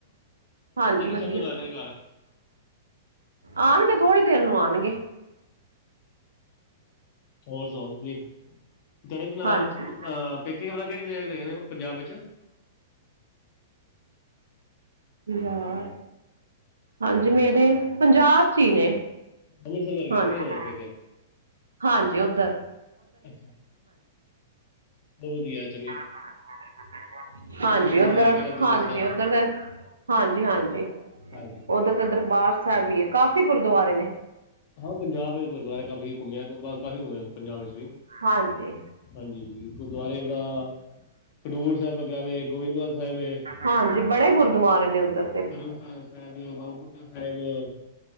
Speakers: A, on the right; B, on the left.
A: ਹਾਂਜੀ ਵਧੀਆ।
B: ਟਾਈਮ ਤੱਕ ਆਣੇ ਘਰ
A: ਆਨਗੇ ਥੋੜ੍ਹੀ ਦੇਰ ਨੂੰ ਆਨਗੇ।
B: ਹੋਰ ਸੁਨਾਓ ਤੁਸੀਂ? ਜੇਹੜੇ ਕਿ ਮੈਂ
A: ਹਾਂਜੀ
B: ਅਹ ਪੇਕੇ ਆ ਕੇਹੜੀ ਜਗ੍ਹਾ ਤੇ ਹੇਗੇ ਨੇ ਪੰਜਾਬ ਵਿੱਚ
A: ਸਤਿ ਸ਼੍ਰੀ ਅਕਾਲ, ਹਾਂਜੀ ਮੇਰੇ ਪੰਜਾਬ ਚ ਹੀ ਨੇ।
B: ਅੰਮ੍ਰਿਤਸਰ ਕਰਕੇ
A: ਹਾਂਜੀ,
B: ਨੇ ਕਿਹੜੇ ਤੁਹਾਡੇ ਪੇਕੇ
A: ਹਾਂਜੀ ਔਧਰ।
B: ਔਹ ਵਧੀਆ ਜ
A: <unintelligible> ਹਾਂਜੀ
B: ਦੇ
A: ਔਧਰ,
B: ਲਾਗੇ ਰਹਿੰਦੇ
A: ਹਾਂਜੀ
B: ਤੁਸੀਂ ਤਾਂ
A: ਔਧਰ ਦੇ ਹਾਂਜੀ, ਹਾਂਜੀ
B: ਹਾਂਜੀ
A: ਔਧਰ ਤੇ ਦਰਬਾਰ ਸਾਹਿਬ ਵੀ ਏ, ਕਾਫ਼ੀ ਗੁਰਦੁਆਰੇ ਨੇ।
B: ਹਾਂ ਪੰਜਾਬ ਗੁਰਦੁਆਰੇ ਏ, ਕਾਫ਼ੀ ਘੁੰਮਿਆ ਕਾਫ਼ੀ ਘੁੰਮਿਆ ਪੰਜਾਬ ਵਿੱਚ ਵੀ।
A: ਹਾਂਜੀ
B: ਹਾਂਜੀ, ਹਾਂਜੀ ਗੁਰਦੁਆਰੇ ਅਪਣਾ ਖਡੂਰ ਸਾਹਿਬ ਹੇਗਾ ਵੇ, ਗੋਇੰਦਵਾਲ ਸਾਹਿਬ ਏ।
A: ਹਾਂਜੀ ਬੜੇ ਗੁਰਦੁਆਰੇ ਨੇ ਔਧਰ।
B: ਤਰਨਤਾਰਨ ਸਾਹਿਬ, ਬਾਬਾ ਬੁੱਢਾ ਸਾਹਿਬ ਅ।